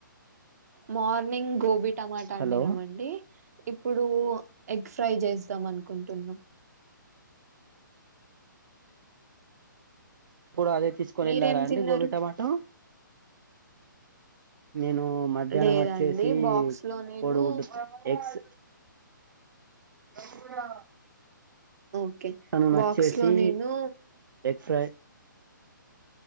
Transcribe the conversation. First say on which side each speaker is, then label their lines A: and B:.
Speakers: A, on the right; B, on the right.
A: మార్నింగ్ గోబ బ టమాటా
B: హలో
A: అండినామండి ఇప్పుడు ఎగ్ ఫ్రై చేద్దాం అనుకుంటున్నాం
B: ఇప్పు అదే తీసుకొని
A: మీరేం
B: వెళ్లారా అండి
A: తిన్నారు
B: గోబీ టమాటో నేను మధ్యాహ్నం
A: లేదండి
B: వచ్చేసి
A: బాక్స్ లో నేను
B: కోడిగుడ్డు ఎక్స్ <unintelligible>
A: ఓకే
B: తను నచ్చేసి
A: బాక్స్ లో నేను
B: ఏ ఫ్రై